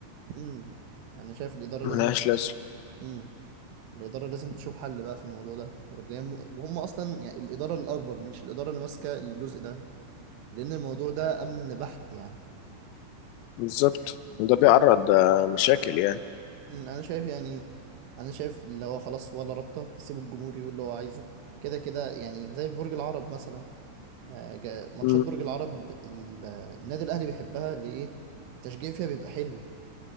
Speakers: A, on the right; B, on the left.
A: امم انا شايف الاداره
B: ملهاش
A: لازم
B: لازمه
A: امم الاداره لازم تشوف حل بقى في الموضوع ده واللي هي- وهم اصلا يعني الاداره الاكبر مش الاداره اللي ماسكه الجزء ده لان الموضوع ده امن بحت يعني
B: بالظبط وده بيعرض
A: انا
B: آه، مشاكل يعني
A: أمم، أنا شايف يعني انا شايف اللي هو خلاص ولا رابطه سيبوا الجمهور يقول اللي هو عايزه كده كده يعني زي في برج العرب مثلا آه، جا- ماتشات
B: مم.
A: برج العرب ال- آه، النادي الاهلي بيحبها ليه التشجيع فيها بيبقى حلو